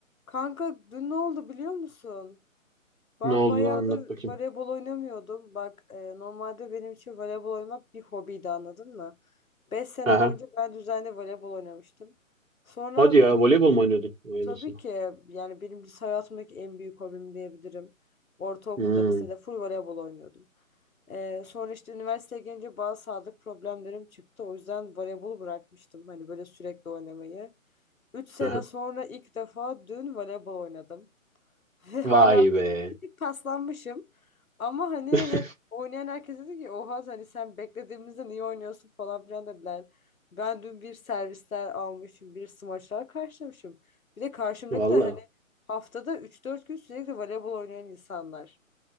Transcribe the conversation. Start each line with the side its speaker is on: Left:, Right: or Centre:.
Left: Kanka dün ne oldu biliyor musun? Ben
Right: Ne oldu
Left: bayağıdır
Right: lan anlat bakayım.
Left: voleybol oynamıyordum. Bak e, normalde benim için voleybol oynamak bir hobiydi anladın mı? Beş sene
Right: Aha.
Left: boyunca ben düzenli voleybol oynamıştım. Sonra
Right: Hadi ya
Left: bir,
Right: voleybol mu oynuyordun? Vay
Left: tabii
Right: nasıl?
Left: ki yani benim lise hayatımdaki en büyük hobim diyebilirim. Ortaokulda,
Right: Hmm.
Left: lisede full voleybol oynuyordum. E, sonra işte üniversiteye gelince bazı sağlık problemlerim çıktı. O yüzden voleybolu bırakmıştım. Hani böyle sürekli oynamayı. Üç sene
Right: Aha.
Left: sonra ilk defa dün voleybol oynadım. Ve hala
Right: Vay be.
Left: bir tık paslanmışım. Ama hani
Right: <laughs>
Left: hep oynayan herkes dedi ki oha hani sen beklediğimizde niye oynuyorsun falan filan dediler. Ben dün bir servisler almışım, bir smaçlar karşılamışım. Bir de karşımdakiler
Right: Valla.
Left: hani haftada üç dört gün sürekli voleybol oynayan insanlar.